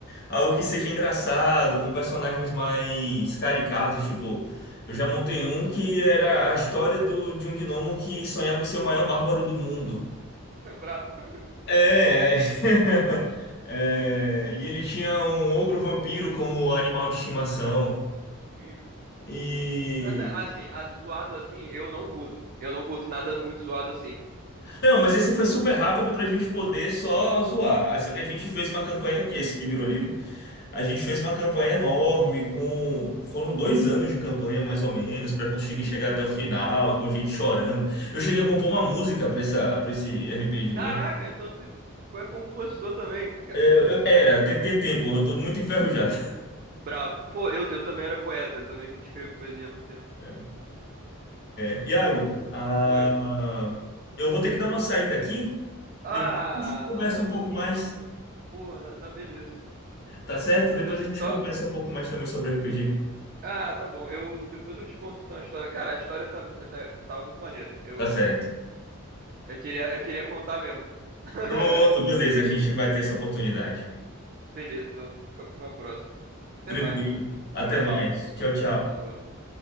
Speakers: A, on the left; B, on the right.
A: algo que seja engraçado, com personagens mais caricatos, tipo, eu já montei um que era a história do... de um gnomo que sonhava em ser o maior bárbaro do mundo.
B: <laughs> brabo. <laughs>
A: É, <laughs> é, e ele tinha um ogro vampiro como animal de estimação.
B: Incrível.
A: E
B: Mas, é, Assim, a- zoado assim, eu não curto. Eu não curto nada muito zoado assim.
A: Não, mas esse foi super rápido pra gente poder só zoar. Ah, Só que a gente fez uma campanha, que esse que virou livro, a gente fez uma campanha enorme, com. Foram dois anos de campanha, mais ou menos, pra conseguir
B: Putz,
A: chegar
B: maneiro.
A: até o final, com gente chorando. Eu cheguei a compor uma música pra essa, pra esse RPG.
B: Caraca, então tu tu é compositor também, cara.
A: Eu- eu- era, tem, tem tempo, eu tô muito enferrujado.
B: Brabo. Pô, eu, eu também era poeta, eu também não escrevo poesia há muito tempo.
A: É, é, Iago, ah,
B: Oi.
A: eu vou ter que dar uma saída aqui.
B: Ah,
A: Depois a gente conversa
B: na hora
A: um
B: do.
A: pouco mais,
B: Pô, na- tá beleza.
A: tá certo? Depois
B: Tô
A: a gente
B: Só.
A: conversa um pouco mais também sobre RPG.
B: Ah, tá bom. Eu depois eu te conto então a história. Cara, a história tá, mu- tá tava muito maneira. Eu
A: Tá certo.
B: eu queria eu queria contar mesmo. <laughs>
A: Pronto, beleza. A gente vai ter essa oportunidade.
B: Beleza, então fica pra uma próxima. Até
A: Tranquilo.
B: mais, cara.
A: Até
B: Prazer.
A: mais. Tchau, tchau.
B: Falou, valeu.